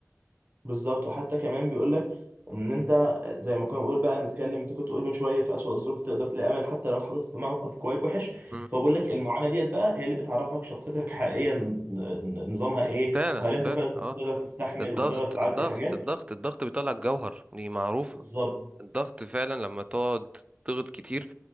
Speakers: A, on the right; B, on the right.
A: بالظبط وحتى كمان بيقول لك ان انت زي ما كنا بنقول بقى نتكلم انت كنت تقول من شويه في اسوأ الظروف تقدر تلاقي امل حتى لو اتحطيت في موقف كويس وحش
B: مم.
A: فبقول لك المعاناه ديت بقى هي اللي بتعرفك شخصيتك حقيقيا ن- ن- نظامها ايه
B: فعلا
A: وهل انت
B: فعلا
A: فعلا
B: اه
A: تقدر تستحمل
B: الضغط
A: وتقدر تعدي
B: الضغط
A: حاجات
B: الضغط الضغط بيطلع الجوهر دي معروفة
A: بالظبط
B: الضغط فعلا لما تقعد تضغط كتير